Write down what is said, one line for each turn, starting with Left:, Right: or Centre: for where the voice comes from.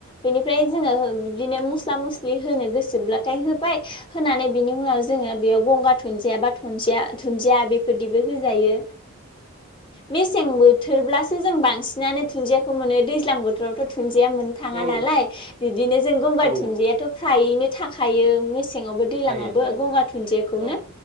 Left: बेनिफ्राय जोङो बिदिनो मस्ला मस्लि होनो गोसोब्ला थाय होबाय। होनानै बिनि उनाव जोङो बेयाव गंगार धुनन्दिया बा धुन्दिया बेफोरदिबो होजायो। मेसें बोथोर ब्लासो जों बांसिनानो दुन्दियाखौ मोनो दैज्लां बोथोरावथ' थ दुन्दिया मोननो थाङा
Right: औ
Left: नालाय बिदिनो जों गंगार
Right: औ
Left: दुनदियाथ' फ्रायैनो थाखायायो मेसें मेसेङावबो दैलाङावबो
Right: थायो थायो
Left: गंगार दुन्दिखौनो
Right: औ